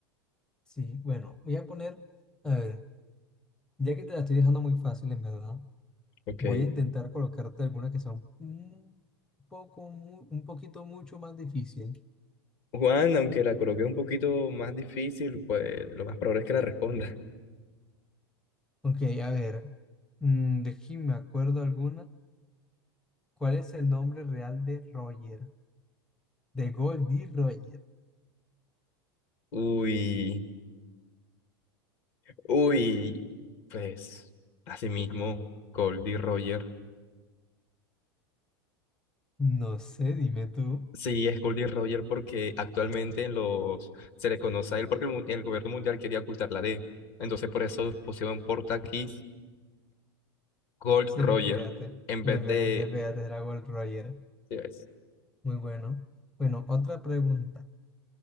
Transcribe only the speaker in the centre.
Sí, bueno, voy a poner... A ver. Ya que te la estoy dejando muy fácil, en verdad,
voy a intentar colocarte algunas que son un poco, mu- un poquito mucho más difícil.
Ok, a ver, mm, de aquí me acuerdo alguna. ¿Cuál es el nombre real de Roger? De Goldie Roger.
No sé, dime tú.
Sí,
le pegaste.
Le
pegaste,
le pegaste, era Gold Roger.
Muy bueno. Bueno, otra pregunta.